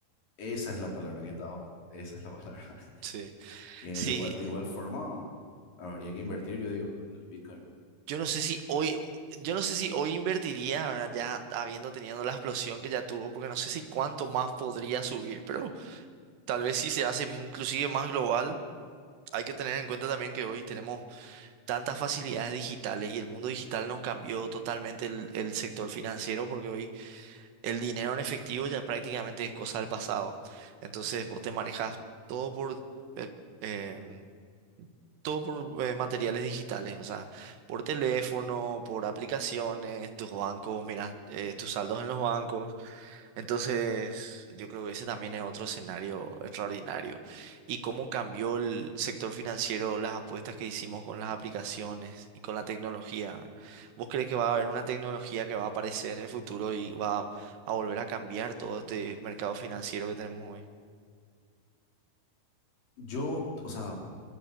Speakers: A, on the left; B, on the right.
A: esa es la palabra que estaba buscando, esa es la <laughs> palabra.
B: sí.
A: Eh,
B: Sí,
A: de igual, de igual forma, habría que invertir, yo digo, ¿verdad? en el Bitcoin.
B: Yo no sé si hoy, yo no sé si hoy invertiría, ahora ya habiendo tenido la explosión que ya tuvo, porque no sé si cuánto más podría subir, pero tal vez si se hace inclusive más global, hay que tener en cuenta también que hoy tenemos tantas facilidades digitales y el mundo digital nos cambió totalmente el, el sector financiero, porque hoy el dinero en efectivo ya prácticamente es cosa del pasado. Entonces vos te manejas todo por... eh, eh, todo por eh, materiales digitales, o sea, por teléfono, por aplicaciones, tus bancos, mira, eh, tus saldos en los bancos. Entonces, yo creo que ese también es otro escenario extraordinario. Y cómo cambió el sector financiero, las apuestas que hicimos con las aplicaciones y con la tecnología. ¿Vos crees que va a haber una tecnología que va a aparecer en el futuro y va a volver a cambiar todo este mercado financiero que tenemos hoy?
A: Yo, o sea,